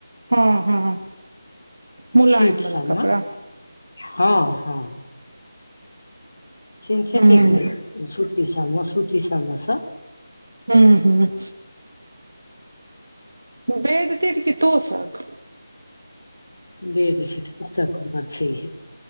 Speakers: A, on the right; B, on the left.
A: हँ हँ मुलायम
B: छीट
A: वाला
B: सब
A: कपड़ा
B: मे हँ हँ सिन्थेटिक
A: हूँ
B: सुतीसमे सुती सममेसँ
A: हँ हँ बेैड तिरकी तोसख
B: बेडशीट तोसक हमर छैए